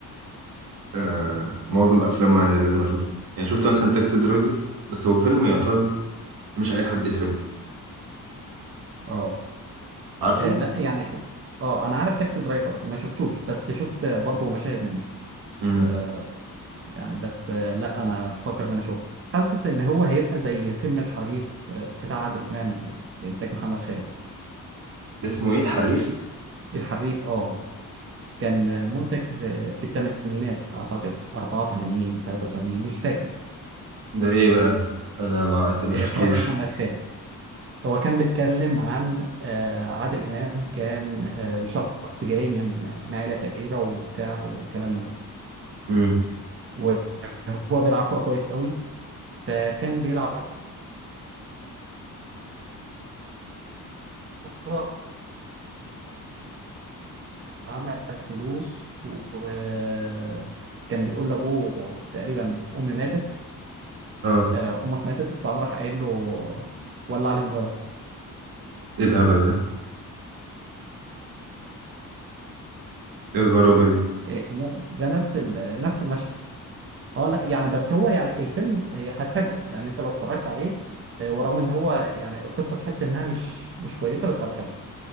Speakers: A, on the right; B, on the right.
A: آه معظم افلامه يعني لازم اشوفها يعني شفت مثلا تاكسي درايفر بس هو فيلم يعتبر مش اي حد يحبه
B: اه
A: عارفه
B: آه لا يعني اه انا عارف تاكسي درايفر ما شفتوش بس شفت برضه مشاهد منه
A: امم
B: آه يعني بس آه لا انا بفكر ان انا اشوفه حاسس ان هو هيبقى زي فيلم الحريف آه، بتاع عادل امام انتاج محمد خان
A: اسمه ايه الحريف
B: الحريف اه كان منتج في في الثمانينات اعتقد 84 83 مش فاكر
A: ده ايه بقى انا ما ما
B: آه،
A: شفتوش
B: اخراج محمد خان هو كان بيتكلم عن آه، عادل امام كان آه، شخص جاي من من عائله فقيره وبتاع وكلام من ده
A: امم
B: وهو بيلعب كرة كويس قوي فكان بيلعب كرة وعمل فلوس وكان بيقول لأبوه تقريبا أمي ماتت
A: اه
B: آه، أمك ماتت فقام راح قايل له ولع لي سيجارة
A: ايه الهبل ده ايه الغرابة دي
B: إيه، ده ده نفس ال- نفس المشهد اه لا يعني بس هو يعني الفيلم آه، هتحبه يعني انت لو اتفرجت عليه آه، ورغم ان هو يعني القصة تحس انها مش مش كويسة بس هتحبه